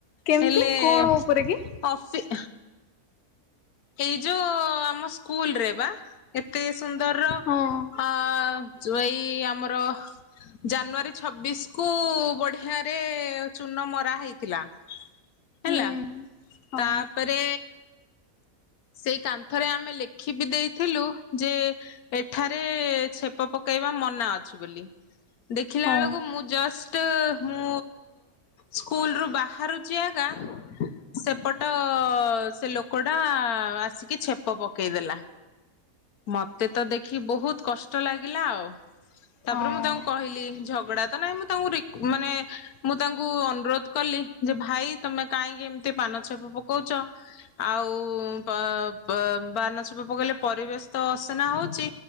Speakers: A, on the left; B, on the left.
A: କେମିତି
B: ହେଲେ
A: କଣ
B: କଫି-
A: ଉପରେ କି
B: ଏଇ ଯୋଉ ଆମ ସ୍କୁଲ ରେ ବା ଏତେ ସୁନ୍ଦର
A: ହଁ
B: ର ଯୋ ଏଇ ଆମର ଜାନୁଆରୀ ଛବିଶ କୁ ବଢିଆରେ ଚୁନ ମରା ହେଇଥିଲା। ହେଲା
A: ହୁଁ। ହଁ
B: ତାପରେ ସେଇ କାନ୍ଥରେ ଆମେ ଲେଖି ବି ଦେଇଥିଲୁ ଯେ ଏଠାରେ ଛେପ ପକେଇବା ମନା ଅଛି ବୋଲି ଦେଖିଲା
A: ହଁ।
B: ବେଳକୁ ମୁଁ ଜଷ୍ଟ ମୁଁ। ସ୍କୁଲ ରୁ ବାହାରୁଛି ଆଗା ସେପଟ ସେ ଲୋକ ଲୋକଟା ଆସିକି ଛେପ ପକେଇଦେଲା। ମତେ ତ ଦେଖି ବହୁତ କଷ୍ଟ ଲାଗିଲା ଆଉ ତାପରେ
A: ହଁ
B: ମୁଁ ତାଙ୍କୁ କହିଲି ଝଗଡା ତ ନାଇଁ ମୁଁ ତାଙ୍କୁ ରିକ ମାନେ ମୁଁ ତାଙ୍କୁ ଅନୁରୋଧ କଲି ଯେ ଭାଇ ତମେ କାହିଁକି ଏମିତି ପାନଛପ ପକଉଛ। ଆଉ ପ ପା ପାନଛେପ ପକେଇଲେ ପରିବେଶ ତ ଅସନା ହଉଛି